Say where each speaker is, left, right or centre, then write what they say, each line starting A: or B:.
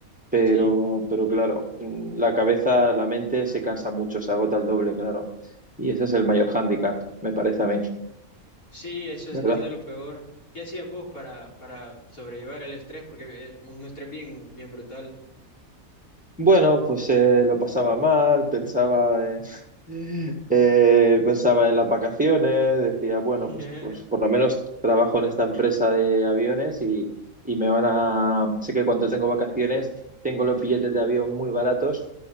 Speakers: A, in the centre; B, on the left (about 75°).
A: Pero,
B: Sí,
A: pero claro, mm, la cabeza, la mente se cansa mucho, se agota el doble, claro. Y ese es el mayor hándicap, me parece a mí,
B: sí, eso es,
A: ¿verdad?
B: es de lo peor. ¿Qué hacías vos para, para sobrellevar el estrés? Porque es un estrés bien, bien brutal.
A: Bueno, pues eh, lo pasaba mal, pensaba en, <laughs> eh, pensaba en las vacaciones, decía, bueno,
B: <laughs>
A: pues, pues por lo menos trabajo en esta empresa de aviones y, y me van a... Sé que cuando tengo vacaciones tengo los billetes de avión muy baratos